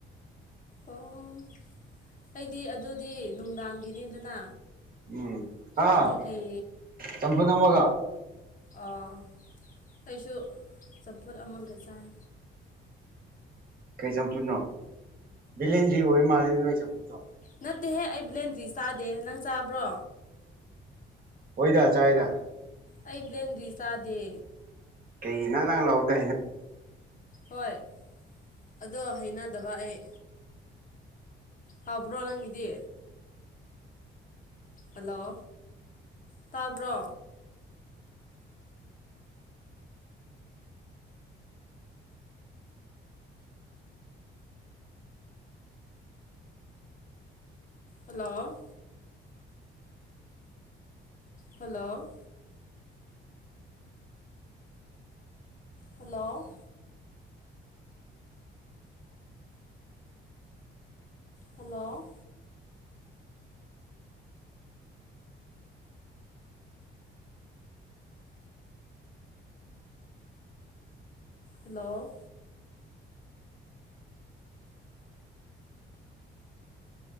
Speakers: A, on the left (about 40°); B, on the right (about 50°).
A: ꯑꯣ ꯑꯩꯗꯤ ꯑꯗꯨꯗꯤ ꯅꯨꯡꯗꯥꯡꯒꯤꯅꯤꯗꯅ
B: ꯎꯝ ꯑꯥ
A: ꯑꯗꯨꯒꯤ
B: ꯆꯝꯐꯨꯠ ꯑꯃꯒ
A: ꯑꯣ ꯑꯩꯁꯨ ꯆꯝꯐꯨꯠ ꯑꯃꯒ ꯆꯥꯏ
B: ꯀꯩ ꯆꯝꯐꯨꯠꯅꯣ ꯕꯦꯂ꯭ꯦꯟꯗꯔ꯭ꯤ ꯑꯣꯏ ꯃꯥꯜꯂꯤ ꯅꯣꯏ ꯆꯝꯐꯨꯠꯇꯣ
A: ꯅꯠꯇꯦꯍꯦ ꯑꯩ ꯕ꯭ꯂꯦꯟꯗ꯭ꯔꯤ ꯆꯥꯗꯦ ꯅꯪ ꯆꯥꯕ꯭ꯔꯣ
B: ꯍꯣꯏꯗ ꯆꯥꯏꯗ
A: ꯑꯩ ꯕ꯭ꯂꯦꯟꯗ꯭ꯔꯤ ꯆꯥꯗꯦ
B: ꯀꯩꯒꯤ ꯅꯥꯡ ꯅꯥꯡ ꯂꯥꯎꯕꯗꯣ ꯍꯩꯅ
A: ꯍꯣꯏ ꯑꯗꯣ ꯍꯩꯅꯗꯕ ꯑꯩ ꯍꯥꯎꯕ꯭ꯔꯣ ꯅꯪꯒꯤꯗꯤ ꯍꯜꯂꯣ ꯇꯥꯕ꯭ꯔꯣ꯫ Hello hello hello hello hello